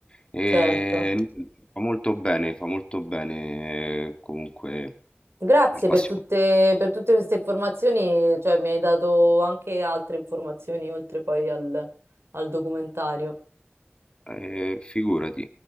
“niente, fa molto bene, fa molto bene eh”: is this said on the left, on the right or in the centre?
Left